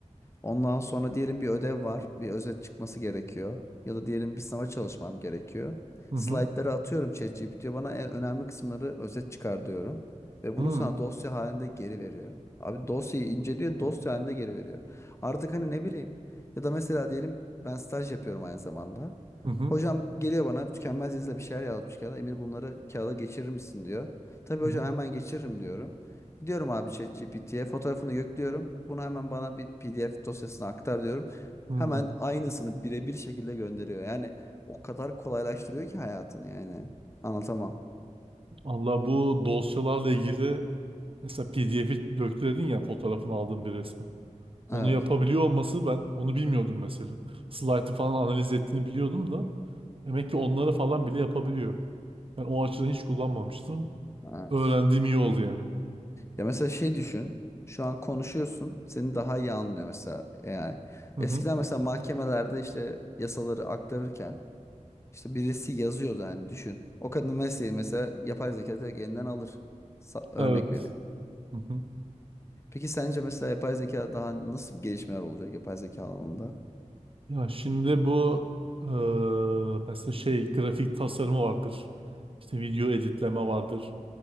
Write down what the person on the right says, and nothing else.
hı
hı
hı
hı
hı
hı hı
hı
hı.
Allah bu dosyalarla ilgili mesela PDF'i döktü dedin ya fotoğrafını aldığın bir resmi. Onu
yapabiliyor olması ben onu bilmiyordum mesela. Slide'ı falan analiz ettiğini biliyordum da demek ki onları falan bile yapabiliyor. Ben o açıdan hiç kullanmamıştım.
Öğrendiğim iyi oldu yani.
Hı
hı.
Evet.
Hı hı.
Ya şimdi bu eee, mesela şey grafik tasarımı vardır. İşte video editleme vardır.